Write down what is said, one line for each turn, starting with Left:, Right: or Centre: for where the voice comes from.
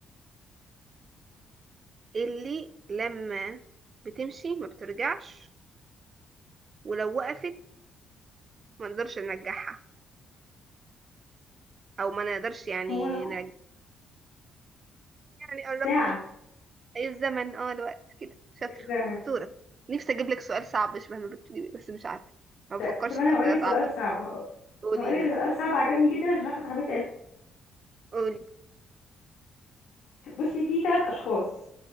Right: اللي لما بتمشي ما بترجعش ولو وقفت ما نقدرش نرجعها او ما نقدرش يعني
Left: هو العمر
Right: نرجع يعني قربتي
Left: ساعة
Right: اي الزمن اه الوقت كده شاطرة
Left: الزمن
Right: شطورة نفسي اجيب لك سؤال صعب شبه ما بتجيبي بس مش عارفة ما بفكرش
Left: طب, طب أنا
Right: في اسئلة
Left: هقولك
Right: صعبة
Left: سؤال صعب
Right: قولي
Left: هقولك
Right: لي
Left: سؤال صعب عجبني جدا عشان راح صاحبتي قالت-
Right: قولي
Left: بصي في ثلاث أشخاص